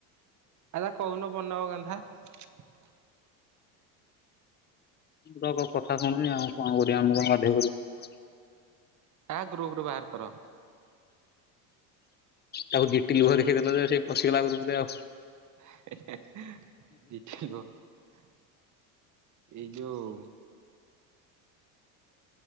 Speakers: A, on the right (about 40°); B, on the left (about 25°).
A: ଆରେ କହୁନ <unintelligible>
B: ମୁ ତ କଥା ଶୁଣୁନି ଆଉ କଣ କରିବା ଆମେ କଣ ବାଧ୍ୟ କରିବୁ।
A: କାହା ଗ୍ରୁପରୁ ବାହାର କର।
B: ତାକୁ ଦିଇଟି ଲୁହ ଦେଖେଇଦେଲ ସେ ପଶିଗଲା ଆ ଗ୍ରୁପ୍ ରେ ଆ
A: <unintelligible> ଏଇ ଯୋଉ